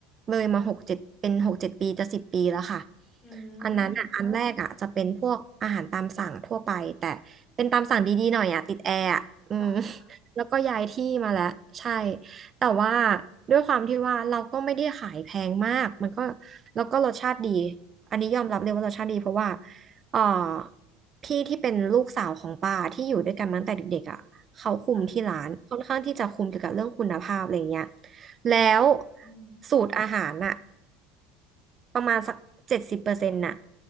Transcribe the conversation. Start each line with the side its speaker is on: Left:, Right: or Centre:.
Right: เลยมาหกเจ็ดเป็นหกเจ็ดปีจะสิบปีแล้วค่ะ
Left: อื
Right: อันนั้นอ่ะอันแรกอ่ะจะเป็นพวกอาหารตามสั่งทั่วไปแต่เป็นตามสั่งดีๆหน่อยอ่ะติดแอร์อ่ะอืม
Left: มค่
Right: แล้วก็ย้ายที่มาแล้วใช่แต่ว่าด้วยความที่ว่าเราก็ไม่ได้ขายแพงมากมันก็แล้วก็รสชาติดีอันนี้ยอมรับเลยว่ารสชาติดีเพราะว่าเอ่อพี่ที่เป็นลูกสาวของป้าที่อยู่ด้วยกันมาตั้งแต่เด็กๆอ่ะเขาคุมที่ร้านค่อนข้างที่จะคุมเกี่ยวกับเรื่องคุณภาพอะไรเงี้ย
Left: ะ
Right: แล้ว
Left: อืม
Right: สูตรอาหารน่ะ ประมาณสักเจ็ดสิบเปอร์เซ็นต์น่ะ